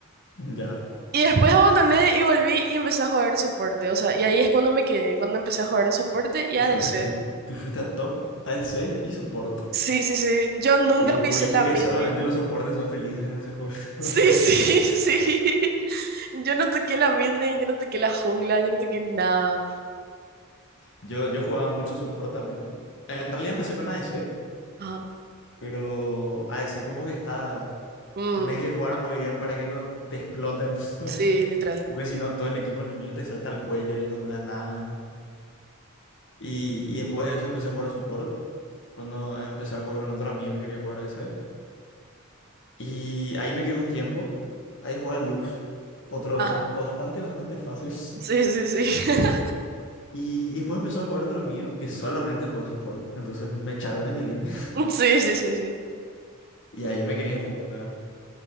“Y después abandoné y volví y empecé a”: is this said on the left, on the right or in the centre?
Right